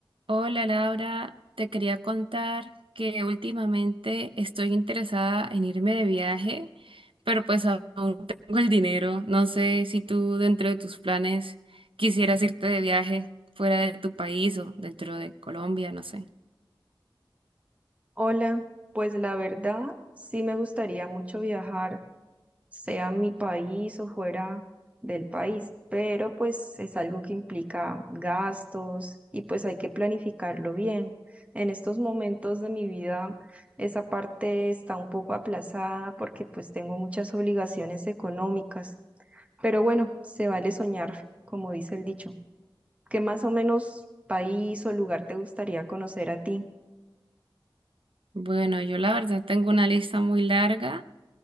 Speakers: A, on the right; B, on the right.
A: Hola Laura, te quería contar que últimamente estoy interesada en irme de viaje, pero pues aún no tengo el dinero. No sé si tú dentro de tus planes quisieras irte de viaje fuera de tu país o dentro de Colombia, no sé.
B: Hola, pues la verdad sí me gustaría mucho viajar, sea a mi país o fuera del país, pero pues es algo que implica gastos y pues hay que planificarlo bien. En estos momentos de mi vida esa parte está un poco aplazada porque pues tengo muchas obligaciones económicas, pero bueno, se vale soñar, como dice el dicho. ¿Qué más o menos país o lugar te gustaría conocer a ti?
A: Bueno, yo la verdad tengo una lista muy larga,